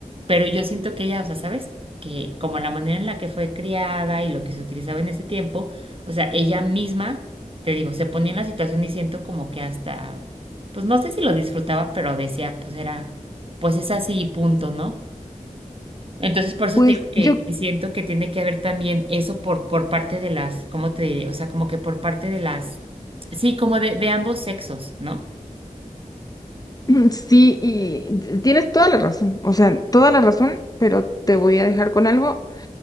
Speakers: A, on the right; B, on the left.
A: Pero yo siento que ella, o sea, ¿sabes? Que como la manera en la que fue criada y lo que se utilizaba en ese tiempo, o sea, ella misma te digo, se ponía en la situación y siento como que hasta, pues no sé si lo disfrutaba, pero decía, pues era, pues es así y punto, ¿no? Entonces, por eso
B: Pues
A: te digo que,
B: yo,
A: que siento que tiene que haber también eso por, por parte de las, ¿cómo te diré? O sea, como que por parte de las, sí, como de, de ambos sexos, ¿no?
B: <clears throat> sí, y tienes toda la razón, o sea, toda la razón, pero te voy a dejar con algo